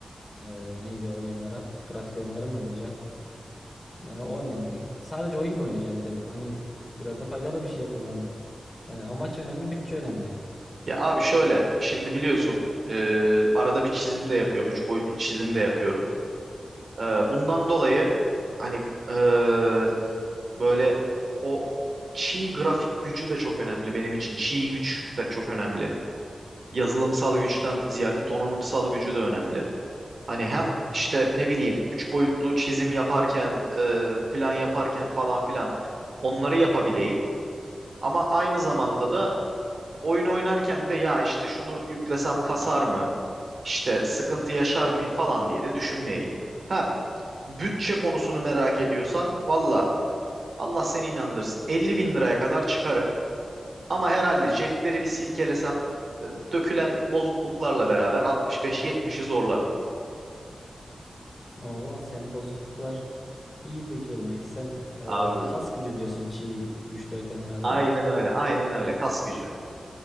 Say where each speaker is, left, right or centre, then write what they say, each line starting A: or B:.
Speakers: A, on the left (about 30°); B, on the right (about 65°).
A: e, neydi o oyunlara? Grafik oyunları mı oynayacaksın? Yani o önemli. Sadece oyun mu oynayacağım bir de? Hani biraz da faydalı bir şey kullan. Yani amaç önemli, bütçe önemli.
B: Ya abi şöyle şimdi biliyorsun e, arada bir çizim de yapıyorum. Üç boyutlu çizim de yapıyorum. E, bundan dolayı hani e, böyle o çiğ grafik gücü de çok önemli benim için. Çiğ güç de çok önemli. yazılımsal güçten ziyade donanımsal gücü de önemli. Hani hem işte ne bileyim üç boyutlu çizim yaparken, e, plan yaparken falan filan onları yapabileyim. Ama aynı zamanda da oyun oynarken de ya işte şunu yüklesem kasar mı? İşte sıkıntı yaşar mıyım falan diye de düşünmeyeyim. Ha bütçe konusunu merak ediyorsan valla Allah seni inandırsın. 50 bin liraya kadar çıkarım. Ama herhalde cepleri bir silkelesem e, dökülen bozukluklarla beraber 65-70'i zorlarım.
A: Oo senin bozukluklar iyi dökülüyor demek ki. Sen
B: Abi
A: e, kas gücü diyorsun çiğ güç derken herhalde.
B: aynen öyle. Aynen öyle. Kas gücü.